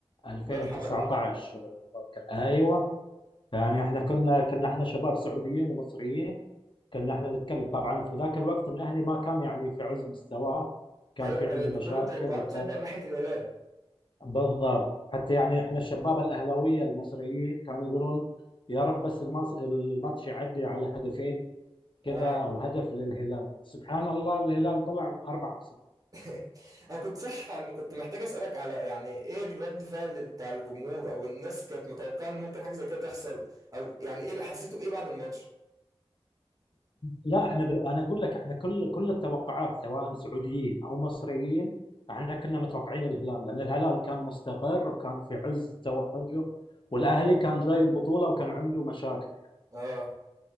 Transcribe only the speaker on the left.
2019
لو فاكر ايوه يعني احنا كنا كنا احنا شباب سعوديين ومصريين كنا احنا نتكلم طبعا في ذاك الوقت الاهلي ما كان يعني في عز مستواه كان
في
عنده مشاكل
وكان
بالضبط حتى يعني احنا الشباب الاهلاويه المصريين كانوا يقولون يا رب بس المص- الماتش يعدي على هدفين كذا
او هدف للهلال سبحان الله الهلال طلع باربعه
لا احنا بال... انا اقول لك احنا كل كل التوقعات سواء سعوديين او مصريين احنا كنا متوقعين الهلال لان الهلال كان مستقر وكان في عز توجه والاهلي كان جاي البطوله وكان عنده مشاكل